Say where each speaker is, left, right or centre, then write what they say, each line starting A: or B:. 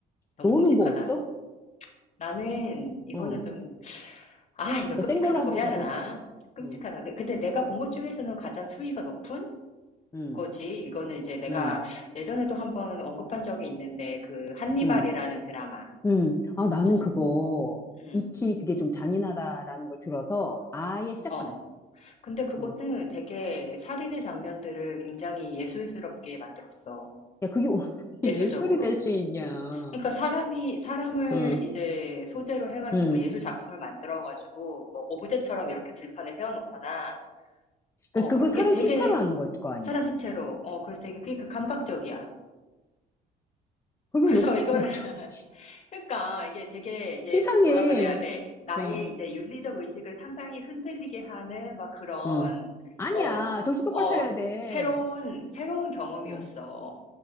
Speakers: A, on the left (about 40°); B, on the left (about 15°).
A: 너무
B: 너는
A: 끔찍하다.
B: 뭐 없어?
A: 나는 이거는
B: 어,
A: 좀, 아, 이걸
B: 자,
A: 끔찍하다고
B: 센 걸로 한번
A: 해야
B: 가보자.
A: 되나? 끔찍하다.
B: 어,
A: 그- 근데 내가 본 것 중에서는 가장 수위가 높은
B: 음,
A: 거지. 이거는 이제 내가
B: 음,
A: 예전에도 한번 언급한 적이 있는데, 그, 한니발이라는
B: 음,
A: 드라마.
B: 음. 아, 나는
A: 어,
B: 그거
A: 음.
B: 익히 그게 좀 잔인하다라는 걸 들어서 아예 시작도
A: 어.
B: 안 했어.
A: 근데 그것도
B: 음.
A: 되게 살인의 장면들을 굉장히 예술스럽게 만들었어.
B: 야, 그게 어떻게
A: 예술적으로.
B: <laughs> 예술이 될 수 있냐?
A: 그러니까 사람이, 사람을
B: 응,
A: 이제 소재로 해가지고
B: 응.
A: 예술 작품을 만들어가지고 뭐 오브제처럼 이렇게 들판에 세워놓거나, 어,
B: 그 그거
A: 그렇게
B: 사람
A: 되게
B: 시체로 하는 걸 거 아니야?
A: 사람 시체로, 어, 그래서 되게, 그러니까 감각적이야.
B: 그게
A: 그래서
B: 왜 감각적이지?
A: 이거를 <laughs> 그러니까 이게 되게 이게
B: 이상해.
A: 뭐라 그래야 돼 나의
B: 어,
A: 이제 윤리적 의식을 상당히 흔들리게 하는 막 그런
B: 어, 아니야.
A: 어
B: 정신 똑바로
A: 어,
B: 차려야 돼.
A: 새로운 새로운 경험이었어.
B: 어,